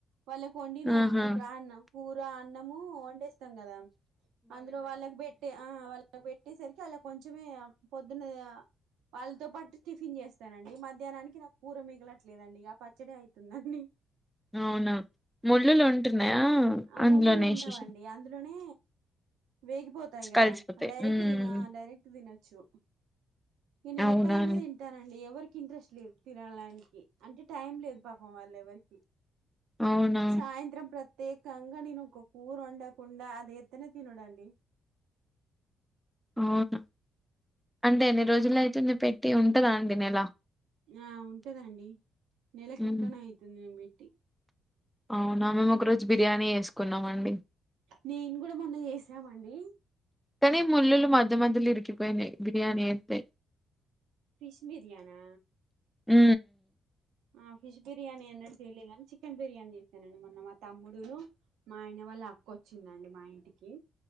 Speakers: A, on the right; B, in the centre.
A: వాళ్ళ కొండిన
B: ఆహా
A: బ్రా అన్నాం కూర అన్నము వండేస్తాం కదా అందులో వాళ్ళకి పెట్టే ఆ వాళ్ళ అ పెట్టేసరికి అలా కొంచమే పొద్దున్న వాళ్ళతో పాటు టిఫిన్ చేస్తానండి ఈ మధ్యాహ్నానికి నాకు కూర మిగలట్లేదండి ఇక పచ్చడి అయితుందండి
B: అవునా ముళ్లులు ఉంటున్నాయా
A: ఆ
B: అందులోనే
A: ముళ్ళులు ఉండవండి
B: విషేష
A: అందులోనే వేగిపోతు టాయి కద
B: కలిసిపోతాయి
A: డైెరెక్ట్
B: మ్
A: తిన డైరెక్ట్ తినొచ్చు ఇ నేను
B: అవునా
A: ఒక్కదాన్నే
B: అండి
A: తింటా తింటారండి ఎవరికి ఇంట్రెస్ట్ లేదు తినడానికి అంటే టైం లేదు పాపం వాళ్ళ ఎవరికి
B: అవునా
A: సాయంత్రం ప్రతి తేకంగా నేను ఒక కూర వండకుండా అది ఎత్తున తినుడండి.
B: అవునా అంటే ఎన్ని రోజుల్లో అయితుంది పెట్టి ఉంటుందా అండి నెలా
A: ఆ ఉంటదండి నెలకి
B: హ్మ్
A: ఎక్కువనే అయితుంది నేను బెట్టి
B: అవునా మేము ఒక రోజు బిర్యానీ చేసుకున్నామండి
A: నేను కూడా మొన్న చేసామండి.
B: కానీ ముళ్లులు మధ్య మధ్యలో ఇరికిపోయినాయి బిర్యానీ అయితే
A: ఫిష్ బిర్యానా
B: మ్
A: ఆ ఫిష్ బిర్యానీ అన్నటు చేయలే గాని చికెన్ బిర్యానీ చేసానండి మొన్న మా తమ్ముడు మా ఆయన వాళ్ళ అక్క వచ్చిందండి మా ఇంటికి